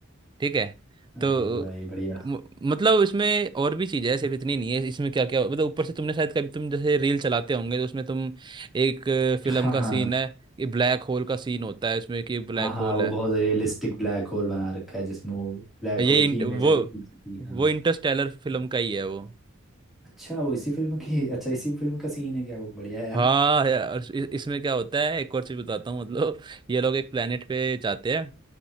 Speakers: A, on the right; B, in the centre.
A: ठीक है
B: अरे
A: तो
B: भाई बढ़िया
A: म- मतलब इसमें और भी चीजें हैं सिर्फ इतनी नहीं है इसमें क्या क्या मतलब ऊपर से तुमने शायद कभी तुम जैसे रील चलाते होंगे तो उसमें तुम एक फिल्म
B: हाँ
A: का
B: हाँ
A: सीन है कि ब्लैक होल का सीन होता है उसमें कि ब्लैक
B: हाँ हाँ
A: होल
B: वो
A: है
B: बहुत रियलिस्टिक ब्लैक होल बना रखा है जिसमें वो ब्लैक
A: ये
B: होल
A: इंट,
B: की इमेज
A: वो
B: अभी खींची थी हाँ
A: वो इंटरस्टेलर फिल्म
B: वो-
A: का ही है वो
B: अच्छा वो इसी फिल्म की अच्छा इसी फिल्म का सीन है क्या वो बढ़िया है यार
A: हाँ यार इस- इसमें क्या होता है एक और चीज बताता हूँ मतलब ये लोग एक planet पे जाते हैं